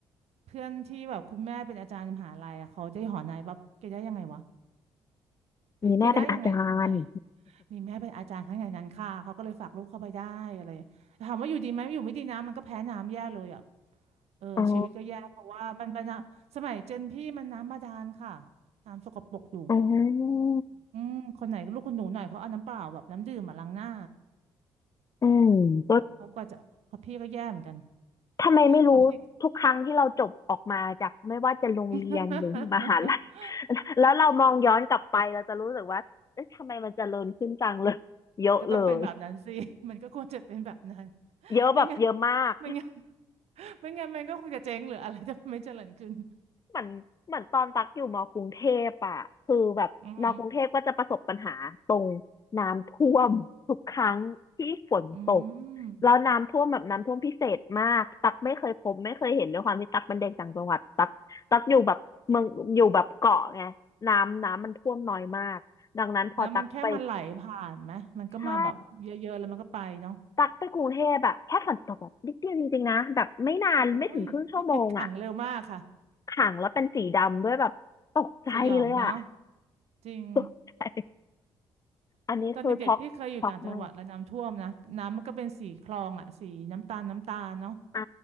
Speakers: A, on the right; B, on the left.
A: เพื่อนที่แบบคุณแม่เป็นอาจารย์มหาลัยอะเขาได้หอนายปั๊บแกได้ยังไงวะ
B: มีแม่เป็นอาจารย์
A: แกได้ยังไงหอนาย มีแม่เป็นอาจารย์ข้างในนั้นค่ะเขาก็เลยฝากลูกเข้าไปได้อะไรถามว่าอยู่ดีไหมอยู่ไม่ดีนะมันก็แพ้น้ำแย่เลยอ่ะเออชีวิตก็แย่เพราะว่ามันเป็นน้ำสมัยเจนพี่มันน้ำบาดาลค่ะ
B: อ๋อ
A: น้ำสกปรกอยู่
B: อ๋อ
A: อืมคนไหนลูกคนหนูหน่อยเขาเอาน้ำเปล่าแบบน้ำดื่มมาล้างหน้า
B: อืมก็
A: เขาก็จะเพราะพี่ก็แย่เหมือนกัน
B: ทำไมไม่รู้ทุกครั้งที่เราจบออกมาจากไม่ว่าจะโรงเรียนหรือมหาลัย
A: เพราะพี่ <laughs>
B: <laughs> แล้วเรามองย้อนกลับไปเราจะรู้สึกว่าเอ๊ะทำไมมันเจริญขึ้นจังเลย <laughs> เยอะเลย
A: มันก็ต้องเป็นแบบนั้นสิมันก็ควรจะเป็นแบบนั้น
B: เยอะแบบเยอะมาก
A: ไม่งั้นไม่งั้น
B: <laughs>
A: ไม่งั้นมันก็คงจะเจ๊งหรืออะไรจะไม่เจริญขึ้น
B: เหมือนเหมือนตอนตักอยู่มกรุงเทพอ่ะคือแบบมกรุงเทพก็จะประสบปัญหา
A: อืมอหือ
B: น้ำท่วมทุกครั้งที่ฝนตก
A: อืม
B: แล้วน้ำท่วมแบบน้ำท่วมพิเศษมากตักไม่เคยพบไม่เคยเห็นด้วยความที่ตักเป็นเด็กต่างจังหวัดตักตักอยู่แบบเมืองอยู่แบบเกาะไงน้ำน้ำมันท่วมน้อยมากดังนั้นพอตักไป
A: แล้วมันแค่มันไหลผ่านไหมมันก็มาแบบเยอะๆแล้วมันก็ไปเนาะ
B: ใช่ตักไปกรุงเทพแบบแค่ฝนตกแบบนิดเดียวจริงๆนะแบบไม่นานไม่ถึงครึ่งชั่วโมงอ่ะ
A: โอ้ย <laughs> ขังเร็วมากค่ะ
B: ขังแล้วเป็นสีดำด้วยแบบตกใจเลยอ่ะ
A: สยองเนาะจริง
B: <laughs> ตกใจอันนี้คือช็อกช็อกมาก
A: ตอนเด็กๆพี่เคยอยู่ต่างจังหวัดแล้วน้ำท่วมนะน้ำมันก็เป็นสีคลองอ่ะสีน้ำตาลน้ำตาลเนาะ
B: อ่า